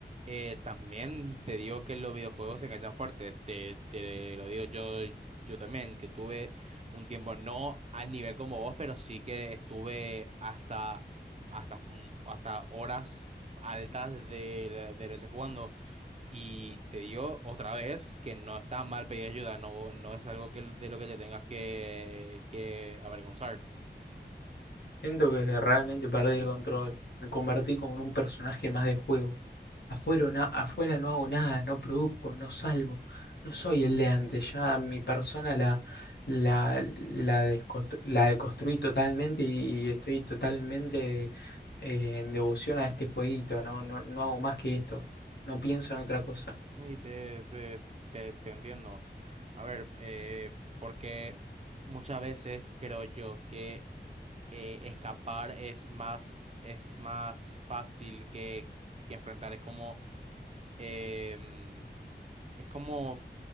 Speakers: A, on the right; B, on the left.
A: Eh, también te digo que los videojuegos se enganchan fuerte, te, te lo digo yo, yo también, que tuve un tiempo, no al nivel como vos, pero sí que estuve hasta, hasta, mu- hasta horas altas de, la- de noche jugando. Y te digo otra vez que no está mal pedir ayuda, no, no es algo que, de lo que te tengas que, que avergonzar.
B: Siento que realmente perdí el control. Me convertí como en un personaje más del juego. Afuera, na- afuera no hago nada, no produzco, no salgo. No soy el de antes. Ya mi persona la, la, la, descostru- la deconstruí totalmente y, y estoy totalmente eh, en devoción a este jueguito. No, no, no hago más que esto. No pienso en otra cosa.
A: Y te, te, te, te entiendo. A ver, eh, porque muchas veces creo yo que eh, escapar es más, es más fácil que, que enfrentar. Es como, em, es como,